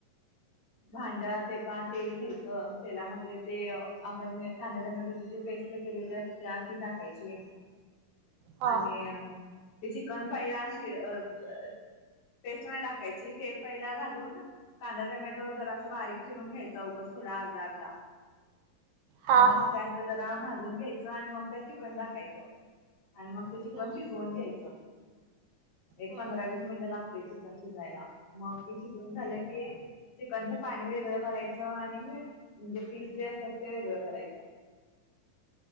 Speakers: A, on the left; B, on the right.
A: भांड्यात एका तेल घ्यायचं तेलामध्ये ते आपण जे कांदा टोमॅटोची जी पेस्ट केलेली असते ती टाकायची
B: हा
A: आणि ते चिकन पाय अशी अ प पेस्ट नाही टाकायची तेल पहिला घालून कांदा टोमॅटो जरासं बारीक चिरून घ्यायचा उगचं थोडा अर्धा अर्धा.
B: हा
A: मग
B: हा
A: त्यात जरा भाजून घ्यायचं आणि मग त्यात चिकन टाकायचं. आणि मग ते
B: हम्म
A: चिकन शिजवून घ्यायचं. एक
B: हम्म
A: पंधरा वीस मिनिटं लागतय चिकन शिजायला मग ते शिजवून झालं कि चिकनचं पाणी वेगळं करायचं आणि हे म्हणजे पिस जे असतात ते वेगळं करायचं.